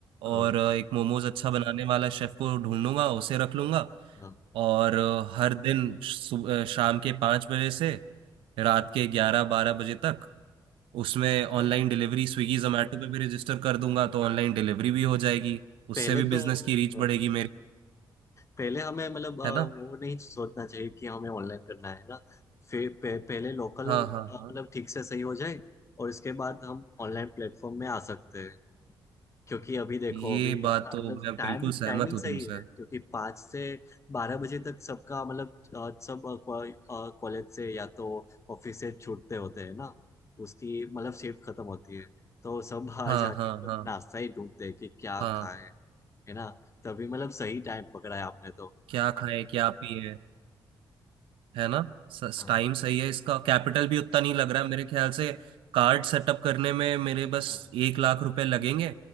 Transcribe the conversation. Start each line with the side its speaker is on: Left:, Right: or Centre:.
Left: हाँ
Right: और अ, एक मोमोज अच्छा बनाने वाला शेफ को ढूंढ लूंगा उसे रख लूंगा
Left: हाँ
Right: और अ, हर दिन सु- अ, शाम के पाँच बजे से रात के ग्यारह बारह बजे तक उसमें
Left: हाँ
Right: ऑनलाइन डिलीवरी स्विगी जोमेटो पे भी रजिस्टर कर दूंगा तो ऑनलाइन डिलीवरी
Left: हाँ।
Right: भी हो जाएगी उससे
Left: पहले
Right: भी
Left: तो
Right: बिजनेस की रीच
Left: हम्म,
Right: बढ़ेगी मेरी
Left: पहले हमें मतलब अ, वो
Right: है ना
Left: नहीं सोचना चाहिए कि हमें ऑनलाइन करना है ना फिर पे, पहले लोकल
Right: हाँ हाँ
Left: मतलब
Right: हाँ
Left: ठीक से सही हो जाए और इसके बाद हम ऑनलाइन प्लेटफॉर्म में आ सकते हैं क्योंकि अभी देखो
Right: ये
Left: अभी अ,
Right: बात
Left: हाँ,
Right: तो
Left: मतलब
Right: मैं
Left: टाइम
Right: बिल्कुल सहमत
Left: टाइमिंग
Right: हूँ
Left: सही
Right: तुमसे
Left: है क्योंकि पाँच से बारह बजे तक सबका मतलब अ, सब कॉलेज से या तो ऑफिस से छूटते होते हैं ना उसकी मतलब शिफ्ट खत्म होती है तो सब बाहर
Right: हाँ
Left: जाके
Right: हाँ हाँ
Left: नाश्ता ही ढूंढते हैं कि क्या
Right: हाँ
Left: खाएं है ना तभी मतलब सही टाइम पकड़ा है आपने तो
Right: क्या
Left: हाँ
Right: खाएं क्या पिए है ना
Left: हाँ
Right: टाइम सही है इसका कैपिटल भी उतना नहीं लग रहा है मेरे ख्याल से कार्ड सेटअप करने में मेरे
Left: हाँ
Right: बस एक लाख रुपए लगेंगे